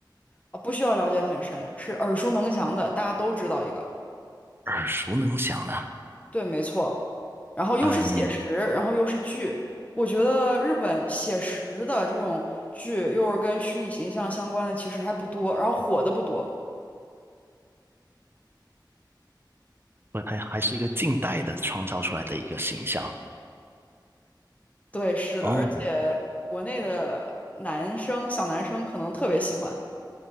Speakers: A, on the left; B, on the right.
A: 啊，不需要了解很深，是耳熟能详的，大家都知道一个。
B: 耳熟能详的。
A: 对，没错。然后又是写实，
B: 嗯，
A: 然后又是剧。我觉得日本写实的这种剧，又是跟虚拟形象相关的，其实还不多，然后火的不多。
B: 不，它还是一个近代的创造出来的一个形象。
A: 对，是的，
B: 哦，
A: 而且国内的男生小男生可能特别喜欢。